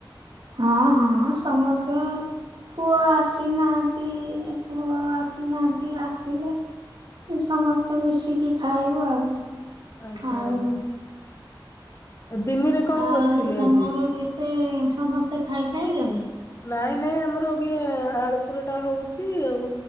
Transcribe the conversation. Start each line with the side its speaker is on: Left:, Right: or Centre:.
Right: ହଁ ହଁ ସମସ୍ତେ। ପୁଅ ଆସିନାହାନ୍ତି ପୁଅ ଆସିନାହାନ୍ତି ଆସିଲେ ସମସ୍ତେ ମିଶିକି ଖାଇବୁ ଆଉ।
Left: ଆଜ୍ଞା
Right: ଆଉ
Left: ଆଜ୍ଞା। ଆଉ ଦିନରେ କଣ
Right: ଆଉ
Left: କରିଥିଲେ
Right: ତମର
Left: ଆଜି?
Right: କେତେ ସମସ୍ତେ ଖାଇସାଇଲଣି?
Left: ନାଇଁ ନାଇଁ ଆମର ଏ ବି ଆଳୁପରଟା ହଉଛି ଆଉ।